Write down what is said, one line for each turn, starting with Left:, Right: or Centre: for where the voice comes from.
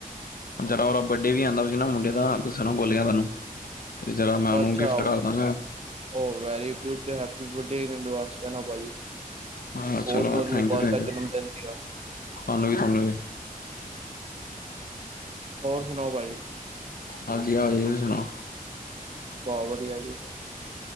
Left: ਜਰਾ ਉਹ ਬਡੇ ਵੀ ਆਉਂਦਾ ਸੀ ਨਾ ਮੁੰਡੇ ਤਾਂ ਇਸਕਰਕੇ ਬੋਲਿਆ ਤੁਹਾਨੂੰ। ਤੇ ਜਿਹਰਾ ਮੈਂ ਉਹਨੂੰ
Right: ਅੱਛਾ
Left: ਗਿਫਟ ਕਰਦਾਂਗਾ।
Right: ਉਹ very good happy birthday advance ਕਹਿਦਾ ਭਾਜੀ।
Left: ਹਾਂ
Right: ਬਹੁਤ-ਬਹੁਤ
Left: ਚਲੋ
Right: ਮੁਬਾਰਕਾਂ
Left: ਥੈਂਕ ਯੂ- ਥੈਂਕ ਯੂ,
Right: ਜਨਮ ਦਿਨ ਦੀਆਂ
Left: ਤੁਹਾਨੂੰ ਵੀ ਤੁਹਾਨੂੰ ਵੀ।
Right: ਹੋਰ ਸੁਣਾਓ ਭਾਈ?
Left: ਹਾਂਜੀ-ਹਾਂਜੀ ਤੁਸੀਂ ਸੁਣਾਓ?
Right: ਬਹੁਤ ਵਧੀਆ ਜੀ।